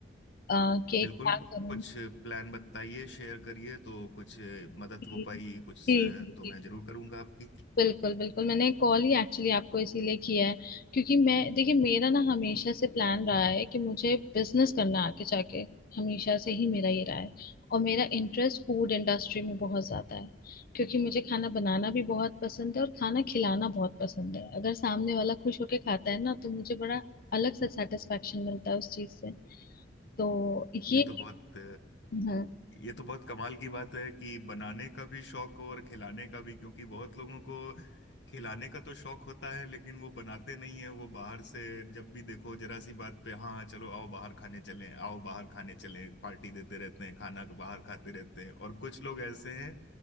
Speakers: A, on the left; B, on the left.
A: आ, कि
B: बिल्कुल
A: क्या करूँ
B: कुछ प्लान बताइए शेयर करिए तो कुछ अ, मदद
A: जी
B: हो पाई कुछ
A: जी
B: अ,
A: जी
B: तो
A: जी।
B: मैं जरूर करूँगा आपकी
A: बिल्कुल बिल्कुल मैंने कॉल ही एक्चुअली आपको इसीलिए किया है क्योंकि मैं देखिए मेरा ना हमेशा से प्लान रहा है कि मुझे बिजनेस करना है आगे जाके हमेशा से ही मेरा ये रहा है और मेरा इंटरेस्ट फूड इंडस्ट्री में बहुत ज्यादा है क्योंकि मुझे खाना बनाना भी बहुत पसंद है और खाना खिलाना बहुत पसंद है अगर सामने वाला खुश होके खाता है ना तो मुझे बड़ा अलग सा सेटिस्फेक्शन मिलता है उस चीज से तो
B: ये
A: ये
B: तो बहुत
A: हाँ
B: ये तो बहुत कमाल की बात है कि बनाने का भी शौक हो और खिलाने का भी क्योंकि बहुत लोगों को खिलाने का तो शौक होता है लेकिन वो बनाते नहीं है वो बाहर से जब भी देखो जरा सी बात पे हाँ चलो आओ बाहर खाने चलें आओ बाहर खाने चलें पार्टी देते रहते हैं खाना बाहर खाते रहते हैं और कुछ लोग ऐसे हैं